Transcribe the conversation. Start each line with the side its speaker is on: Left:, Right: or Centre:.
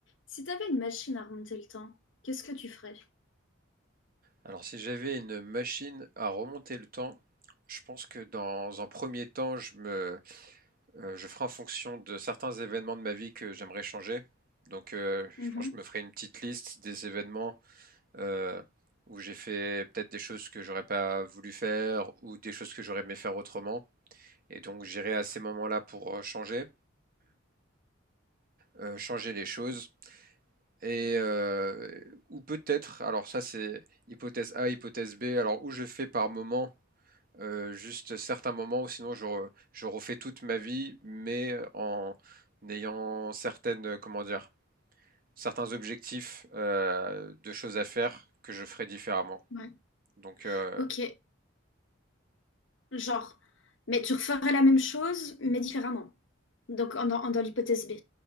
Left: Si t'avais une machine à remonter le temps, qu'est-ce que tu ferais?
Right: Alors, si j'avais une machine à remonter le temps, je pense que dans un premier temps, je me, euh, je ferai en fonction de certains événements de ma vie que j'aimerais changer. Donc, euh,
Left: Mhm,
Right: je pense que je me ferai une petite liste des événements euh, où j'ai fait peut-être des choses que j'aurais pas voulu faire ou des choses que j'aurais aimé faire autrement. Et donc, j'irai à ces moments-là pour euh, changer, euh, changer les choses. Et euh, ou peut-être, alors ça c'est hypothèse A, hypothèse B, alors où je fais par moment euh, juste certains moments où sinon je, re- je refais toute ma vie, mais en ayant certaines, comment dire, certains objectifs euh, de choses à faire que je ferai différemment.
Left: ouais.
Right: Donc, euh,
Left: Ok, genre, mais tu referais la même chose, mais différemment. Donc, en, dans, en- dans l'hypothèse B.